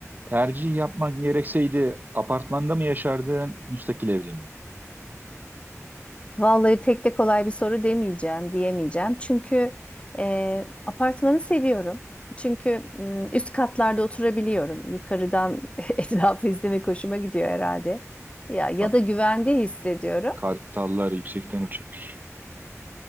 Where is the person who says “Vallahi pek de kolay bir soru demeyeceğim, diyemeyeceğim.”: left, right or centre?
Left